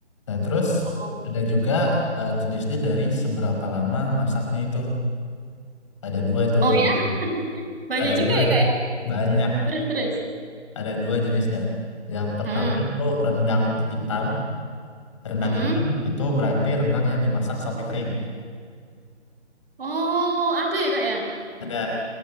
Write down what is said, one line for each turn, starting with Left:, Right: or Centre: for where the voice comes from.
Left: Nah, terus
Right: Oh,
Left: ada juga eh, jenisnya dari seberapa lama masaknya itu. Ada dua itu
Right: oh
Left: jenisnya.
Right: ya, banyak
Left: Ada
Right: juga
Left: dua,
Right: ya kak ya.
Left: banyak.
Right: Terus terus.
Left: Ada dua jenisnya. Yang pertama
Right: Mm-mm.
Left: itu rendang hitam. Rendang
Right: Mm-mm.
Left: hitam itu berarti rendang yang dimasak sampai kering.
Right: Oh, ada ya kak ya.
Left: Ada